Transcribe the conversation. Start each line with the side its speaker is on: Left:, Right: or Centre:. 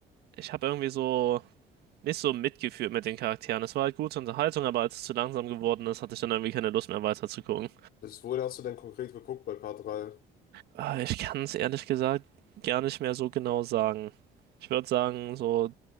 Right: ich habe irgendwie so nicht so mitgefühlt mit den Charakteren. Es war halt gute Unterhaltung, aber als es zu langsam geworden ist, hatte ich dann irgendwie keine Lust mehr weiter zu gucken.
Left: Bis wohin hast du denn konkret geguckt bei Part 3?
Right: Ah, Ich kann es ehrlich gesagt gar nicht mehr so genau sagen. Ich würde sagen, so